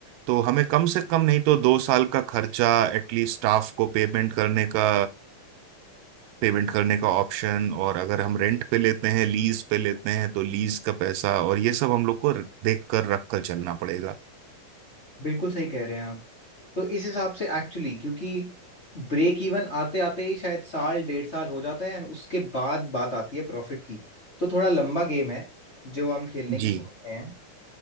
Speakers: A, on the right; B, on the left.
A: तो हमें कम से कम नहीं तो दो साल का खर्चा एटलीस्ट स्टाफ को पेमेंट करने का पेमेंट करने का ऑप्शन और अगर हम रेंट पे लेते हैं लीज पे लेते हैं तो लीज का पैसा और ये सब हम लोग को देख कर रख कर चलना पड़ेगा
B: बिल्कुल सही कह रहे हैं आप तो इस हिसाब से एक्चुअली क्योंकि ब्रेक इवन आते आते ही शायद साल डेढ़ साल हो जाता है एंड उसके बाद बात आती है प्रॉफिट की तो थोड़ा लंबा गेम है जो हम खेलने की
A: जी
B: सोच रहे हैं